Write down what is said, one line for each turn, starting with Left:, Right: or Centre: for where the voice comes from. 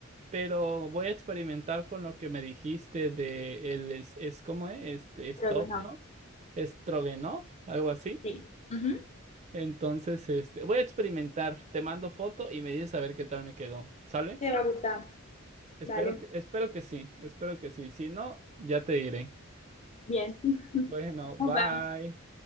Right: Pero voy a experimentar con lo que me dijiste de el es, es ¿cómo es? Este, Stov,
Left: Pero no,
Right: ¿no? Stroganov, algo así.
Left: sí. Ujú.
Right: Entonces, este, voy a experimentar. Te mando foto y me dices a ver qué tal me quedó. ¿Sale?
Left: Te va a gustar.
Right: Espero
Left: Dale.
Right: que, espero que sí, espero que sí. Si no, ya te diré.
Left: Bien. <laughs>
Right: Bueno, bye.
Left: Nos vemos.